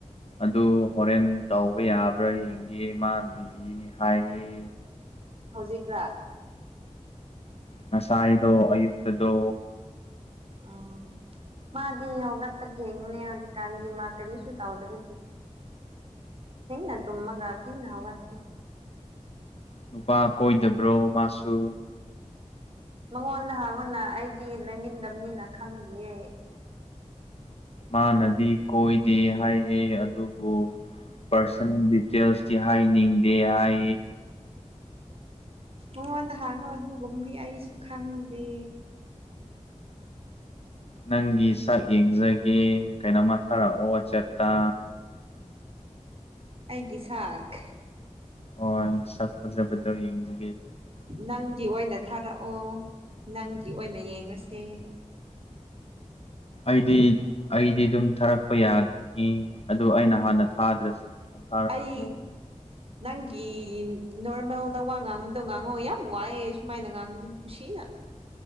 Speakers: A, on the left; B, on the right.
A: ꯑꯗꯨ ꯍꯣꯔꯦꯟ ꯇꯧꯕ ꯌꯥꯕ꯭ꯔꯥ ꯌꯦꯡꯒꯦ ꯃꯥ ꯕꯤꯖꯤꯅꯤ ꯍꯥꯏꯌꯦ
B: ꯍꯧꯖꯤꯛꯅ
A: ꯉꯁꯥꯏꯗꯣ ꯑꯌꯨꯛꯇꯗ
B: ꯑ ꯃꯥꯗꯤ ꯍꯧꯒꯠꯄ ꯊꯦꯡꯉꯨꯅꯦ ꯍꯧꯖꯤꯛꯀꯥꯟꯒꯤ ꯃꯥ ꯀꯔꯤꯁꯨ ꯇꯧꯗꯕꯒꯦ ꯊꯦꯡꯤꯡ ꯇꯨꯃꯒ ꯊꯦꯡꯤꯡ ꯍꯧꯋꯥꯗꯤ
A: ꯅꯨꯄꯥ ꯀꯣꯏꯗꯕ꯭ꯔꯣ ꯃꯥꯁꯨ
B: ꯃꯉꯣꯟꯗꯍꯪꯉꯨꯅ ꯑꯩꯗꯤ ꯂꯩꯃꯤꯟꯅꯗꯕꯅꯤꯅ ꯈꯪꯕꯤꯌꯦꯦ
A: ꯃꯥꯅꯗꯤ ꯀꯣꯏꯗꯦ ꯍꯥꯏꯑ ꯑꯗꯨꯕꯨ ꯄꯥꯔꯁꯣꯅꯦꯜ ꯗꯤꯇꯦꯜꯁꯇꯤ ꯍꯥꯏꯅꯤꯡꯗꯦ ꯍꯥꯏꯌꯦ
B: ꯃꯉꯣꯟꯗ ꯍꯥꯟꯉꯨ ꯑꯗꯨꯒꯨꯝꯗꯤ ꯑꯩꯁꯨ ꯈꯪꯗꯦ
A: ꯅꯪꯒꯤ ꯁꯛ ꯌꯦꯡꯖꯒꯦ ꯀꯩꯅꯣꯝꯃ ꯊꯥꯔꯛꯑꯣ ꯋꯥꯆꯦꯇꯥ
B: ꯑꯩꯒꯤ ꯁꯥꯥꯛ
A: ꯍꯣꯏ ꯁꯠ ꯐꯖꯕꯗ ꯌꯦꯡꯖ
B: ꯅꯪꯗꯤ ꯑꯣꯏꯅ ꯊꯥꯔꯛꯑꯣ ꯅꯪꯗꯤ ꯑꯣꯏꯅ ꯌꯦꯡꯉꯁꯦ
A: ꯑꯩꯗꯤ ꯑꯩꯗꯤ ꯑꯗꯨꯝ ꯊꯥꯔꯛꯄ ꯌꯥꯒꯅꯤ ꯑꯗꯨ ꯑꯩꯅ ꯍꯥꯟꯅ ꯊꯥꯗ꯭ꯔꯁꯤ
B: ꯑꯩ ꯅꯪꯒꯤ ꯅꯣꯔꯃꯦꯜꯗ ꯋꯥ ꯉꯥꯡꯕꯗꯣ ꯉꯥꯡꯉꯣ ꯌꯥꯝ ꯋꯥꯑꯦ ꯁꯨꯃꯥꯏꯅ ꯉꯥꯡꯕ ꯅꯨꯡꯁꯤꯅ <inaudible>